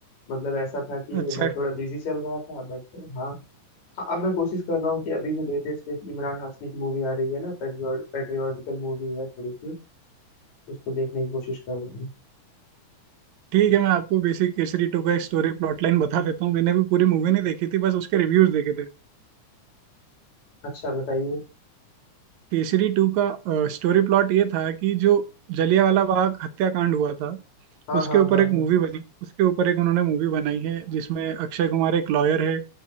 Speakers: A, on the left (about 60°); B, on the right (about 70°).
A: मतलब ऐसा था कि
B: अच्छा
A: मैं थोड़ा बिजी चल रहा था बट हाँ अब मैं कोशिश कर रहा हूँ कि अभी जो लेटेस्ट एक इमरान हाशमी की मूवी आ रही है ना पेट्रियोटिकल मूवी है थोड़ी सी उसको देखने की कोशिश कर रहा हूँ
B: ठीक है मैं आपको बेसिक केसरी टू का एक स्टोरी प्लॉट लाइन बता देता हूँ मैंने भी पूरी मूवी नहीं देखी थी बस उसके रिव्यूज देखे थे
A: अच्छा बताइए
B: केसरी टू का स्टोरी प्लॉट ये था कि जो जलियांवाला बाग हत्याकांड हुआ था
A: हाँ
B: उसके
A: हाँ
B: ऊपर
A: हाँ
B: एक
A: हाँ
B: मूवी बनी उसके ऊपर एक उन्होंने मूवी बनाई है जिसमें अक्षय कुमार एक लॉयर है